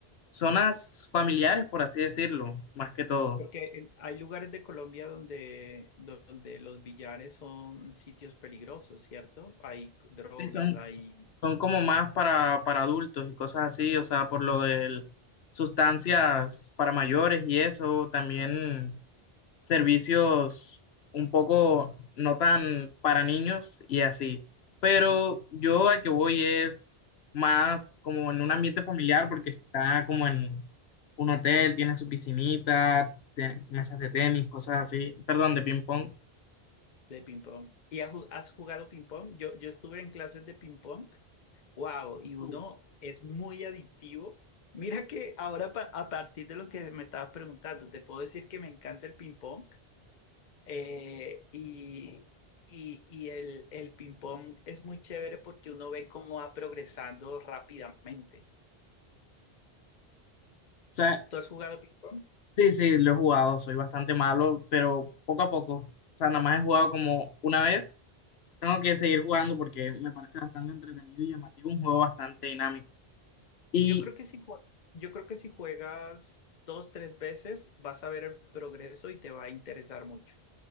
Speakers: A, on the left; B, on the left.
A: zonas familiares, por así decirlo, más que todo.
B: Porque en- hay lugares de Colombia donde, donde los billares son sitios peligrosos, ¿cierto? Hay drogas,
A: Sí, son,
B: hay
A: son como más para, para adultos y cosas así, o sea, por lo de sustancias para mayores y eso, también servicios un poco no tan para niños y así. Pero yo al que voy es más como en un ambiente familiar porque está como en un hotel, tiene su piscinita, te- mesas de tenis, cosas así, perdón, de ping pong.
B: de ping-pong. ¿Y ha ju- has jugado ping-pong? Yo, yo estuve en clases de ping-pong. ¡Wow! Y uno
A: Oh, O
B: es muy adictivo. Mira que ahora, pa- a partir de lo que me estabas preguntando, te puedo decir que me encanta el ping-pong. Eh, y, y, y el, el ping-pong es muy chévere porque uno ve cómo va progresando rápidamente.
A: sea,
B: ¿Tú has jugado ping pong?
A: sí, sí, lo he jugado, soy bastante malo, pero poco a poco. O sea, nada más he jugado como una vez. Tengo que seguir jugando porque me parece bastante entretenido y llamativo, un juego bastante dinámico. y
B: Yo creo que si, jue- yo creo que si juegas dos, tres veces, vas a ver el progreso y te va a interesar mucho.